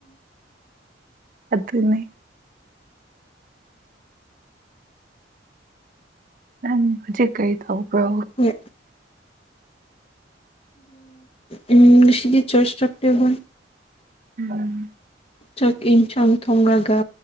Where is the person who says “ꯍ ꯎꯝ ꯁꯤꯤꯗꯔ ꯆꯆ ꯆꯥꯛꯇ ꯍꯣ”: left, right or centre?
Left